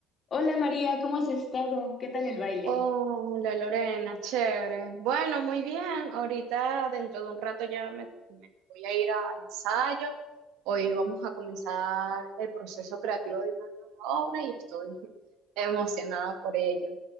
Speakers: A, on the left; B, on the right.
A: Hola María, ¿cómo has estado? ¿Qué tal el baile?
B: Oh, la Lorena, chévere. Bueno, muy bien. Ahorita, dentro de un rato ya me, me voy a ir a al ensayo. Hoy vamos a comenzar el proceso creativo de una nueva obra y estoy <laughs> emocionada por ello.